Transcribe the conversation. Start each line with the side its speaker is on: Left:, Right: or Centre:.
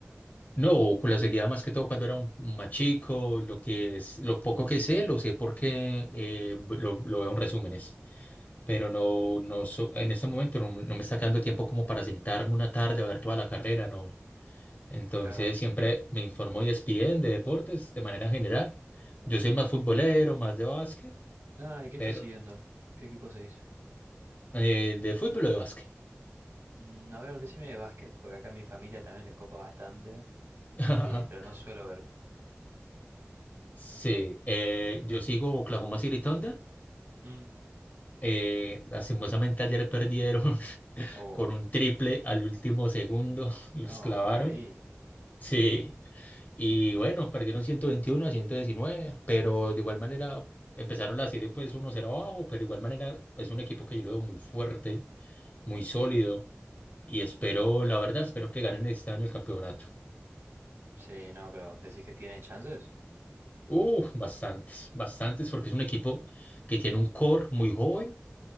Left: No, con la seguía más que todo cuando era un un más chico, lo que es, lo poco que sé, lo sé porque eh, lo, lo veo en resúmenes. pero no, no so- en este momento no, no me está quedando tiempo como para sentarme una tarde a ver toda la carrera, no. Entonces
Right: Claro.
Left: siempre me informo y ESPN de deportes de manera general. Yo
Right: Ujú.
Left: soy más futbolero, más de básquet,
Right: Ah, ¿y qué
Left: pero
Right: estás siguiendo? ¿Qué equipo seguís?
Left: eh, de fútbol o de básquet.
Right: Mm, a ver, decime de básquet, porque acá a mi familia también les copa bastante,
Left: <laughs>
Right: eh, pero no suelo ver.
Left: Sí, eh, yo sigo Oklahoma City Thunder.
Right: Mm,
Left: Eh, lastimosamente ayer perdieron <laughs>
Right: Oh,
Left: con un triple al último segundo, <laughs> los
Right: no,
Left: clavaron.
Right: mal ahí.
Left: Sí, Y bueno, perdieron ciento veintiuno a ciento diecinueve pero de igual manera empezaron la serie pues uno cero abajo, pero de igual manera es un equipo que yo lo veo muy fuerte, muy sólido y espero, la verdad, espero que ganen este año el campeonato.
Right: Sí, no, pero ¿decís que tienen chances?
Left: Uf, bastantes, bastantes porque es un equipo que tiene un core muy joven